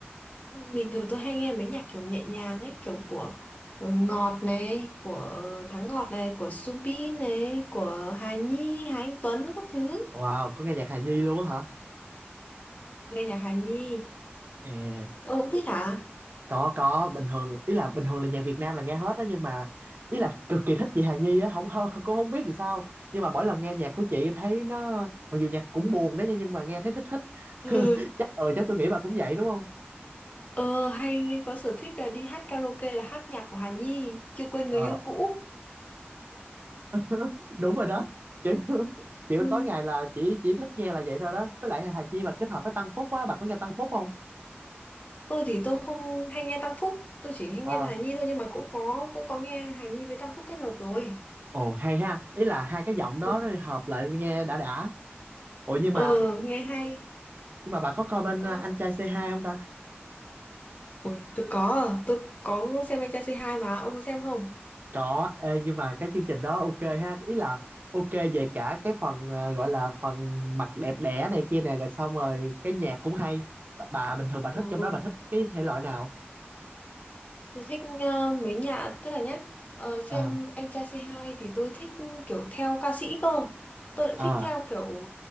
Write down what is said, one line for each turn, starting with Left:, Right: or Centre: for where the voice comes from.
Left: Ừ, bình thường tôi hay nghe mấy nhạc kiểu nhẹ nhàng ấy kiểu của ờ, Ngọt này của Thắng Ngọt này của Subin này của Hà Nhi Hà Anh Tuấn các thứ
Right: Wow, có nghe nhạc Hà Nhi luôn á hả?
Left: nghe nhạc Hà Nhi
Right: À,
Left: ông cũng thích hả
Right: có có, bình thường ý là bình thường là nhạc Việt Nam là nghe hết á nhưng mà ý là cực kỳ thích chị Hà Nhi á, không không <laughs> cũng không biết thì sao. Nhưng mà mỗi lần nghe nhạc của chị thấy nó mặc dù nhạc cũng buồn đấy nha nhưng mà nghe thấy thích thích. <laughs>
Left: <laughs>
Right: Chắc ờ chắc tôi nghĩ bà cũng vậy đúng không?
Left: Ờ, hay có sở thích là đi hát karaoke là hát nhạc của Hà Nhi, chưa quên
Right: Ờ
Left: người yêu cũ.
Right: <laughs> đúng rồi đó kiểu kiểu
Left: Ừ,
Right: tối ngày là chỉ chỉ thích nghe là vậy thôi đó với lại Hà Chi mà kết hợp với Tăng Phúc á bà có nghe Tăng Phúc không
Left: tôi thì tôi không hay nghe Tăng Phúc, tôi chỉ hay nghe
Right: ờ
Left: Hà Nhi thôi nhưng mà cũng có cũng có nghe Hà Nhi với Tăng Phúc kết hợp rồi.
Right: ồ hay ha ý là hai cái giọng đó
Left: Ừ.
Right: hợp lại nghe đã đã ủa nhưng
Left: Ờ,
Right: mà
Left: nghe hay.
Right: nhưng mà bà có coi bên
Left: Ơi.
Right: ờ, anh trai C2 không ta
Left: Ôi, tôi có, à, tôi có xem anh trai C2 mà, ông có xem không?
Right: có ê, nhưng mà cái chương trình đó ok ha ý là ok về cả cái phần ờ, gọi là phần mặt đẹp đẽ này kia nè rồi xong rồi cái nhạc cũng hay bà, bà bình thường bà thích
Left: Ừ.
Right: trong đó bà thích cái thể loại nào
Left: Tôi thích ờ, mấy nhà tức là nhá ờ, xem
Right: ờ
Left: anh trai C2 thì tôi thích kiểu theo ca sĩ cơ tôi lại
Right: ờ
Left: thích theo kiểu